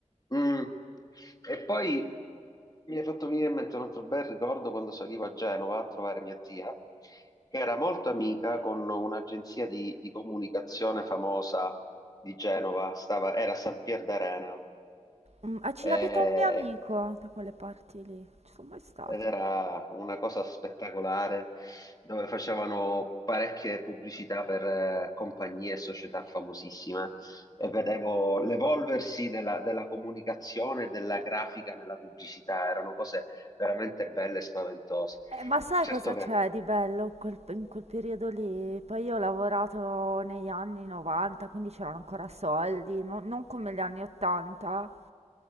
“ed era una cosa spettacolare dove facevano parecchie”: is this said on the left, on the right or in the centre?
Left